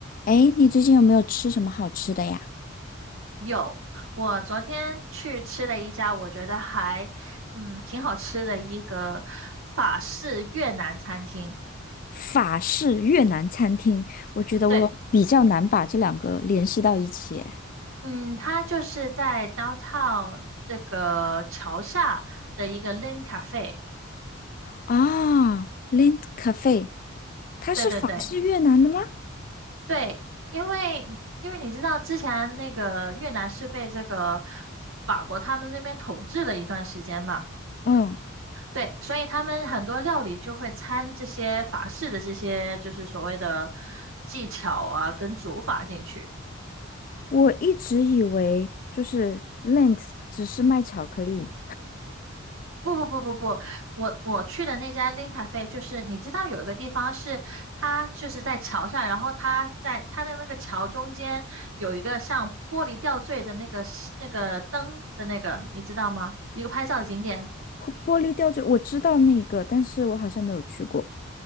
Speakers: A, on the left; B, on the right.
A: 哎，你最近有没有吃什么好吃的呀？
B: 有，我昨天去吃了一家，我觉得还，嗯，挺好吃的一个法式越南餐厅。
A: 法式越南餐厅，我觉得我比较难把这两个联系到一起诶。
B: 对，嗯，它就是在 downtown 这个桥下的一个 Lin Cafe。
A: 啊 l i n d Cafe，它是法式越南的吗？
B: 对对对对，因为因为你知道之前那个越南是被这个法国他们那边统治了一段时间嘛。
A: 嗯，
B: 对，所以他们很多料理就会掺这些法式的这些，就是所谓的技巧啊，跟煮法进去。
A: 我一直以为就是 Lind 只是卖巧克力，
B: 不不不不不，我我去的那家 Lin Cafe，就是你知道有一个地方是它就是在桥上，然后它在它的那个桥中间有一个像玻璃吊坠的那个那个灯的那个，你知道吗？一个拍照的景点。
A: 玻玻璃吊坠，我知道那个，但是我好像没有去过。